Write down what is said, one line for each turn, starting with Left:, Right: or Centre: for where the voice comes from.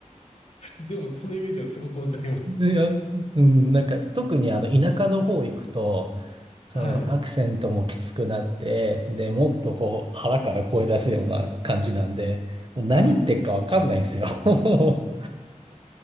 Left: でも、そのイメージはすごくわかります。
Right: いや、うん、なんか、特にあの、田舎の方行くと、そのアクセントもきつくなって、
Left: はい、
Right: で、もっとこう腹から声出すような感じなんで、もう何言ってっかわかんないんですよ。
Left: はい。
Right: <laughs>